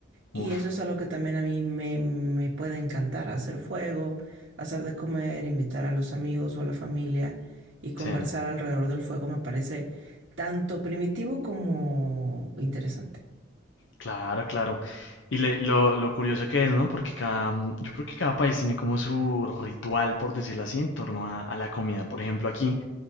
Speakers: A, on the right; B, on the left.
A: Y
B: Uf.
A: eso es algo que también a mí me, me puede encantar, hacer fuego, hacer de comer, invitar a los amigos o a la familia y conversar
B: Sí,
A: alrededor del fuego me parece tanto primitivo como interesante.
B: claro, claro. Y le- lo, lo curioso que es, ¿no? Porque cada, mm, yo creo que cada país tiene como su ritual, por decirlo así, en torno a, a la comida. Por ejemplo, aquí